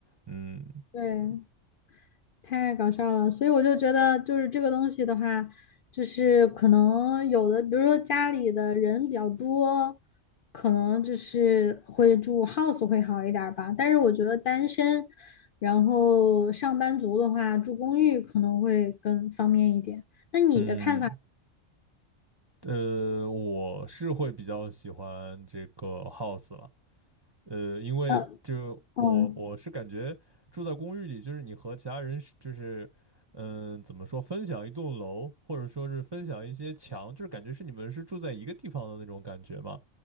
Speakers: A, on the right; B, on the left.
A: 嗯
B: 对。太搞笑了，所以我就觉得，就是这个东西的话，就是可能有的，比如说家里的人比较多，可能就是会住 house 会好一点儿吧。但是我觉得单身，然后上班族的话，住公寓可能会更方便一点。那你的看法？
A: 嗯。呃，我是会比较喜欢这个 house 了，呃，因为就我我是感觉住在公寓里，
B: 呃，哦，
A: 就是你和其他人是就是嗯、怎么说，分享一栋楼，或者说是分享一些墙，就是感觉是你们是住在一个地方的那种感觉嘛，